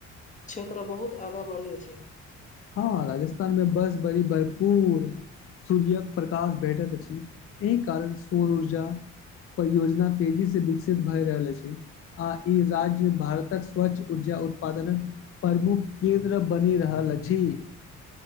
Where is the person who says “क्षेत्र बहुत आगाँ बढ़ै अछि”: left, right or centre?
Left